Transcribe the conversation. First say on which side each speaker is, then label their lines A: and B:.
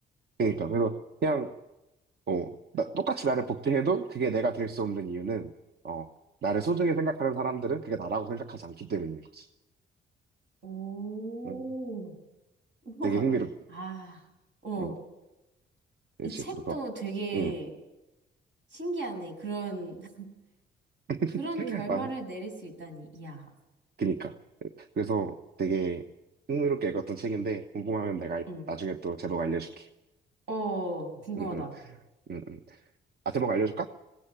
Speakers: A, on the right; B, on the right.
A: 그러니까 그래서 그냥 어 나- 똑같이 나를 복제해도 그게 내가 될 수 없는 이유는 어 나를 소중히 생각하는 사람들은 그게 나라고 생각하지 않기 때문인 거지.
B: 오,
A: 음,
B: 우와.
A: 되게 흥미롭.
B: 아, 어.
A: 음, 역시
B: 이 책도
A: 그래서
B: 되게
A: 음,
B: 신기하네. 그런, <laughs> 그런
A: <laughs>
B: 결말을
A: 나
B: 내릴 수 있다니. 이야.
A: 그니까 그래서 되게 흥미롭게 읽었던 책인데 궁금하면 내가
B: 응.
A: 나중에 또 제목 알려줄게.
B: 어, 궁금하다.
A: 음, 음, 음, 음. 아 제목 알려줄까?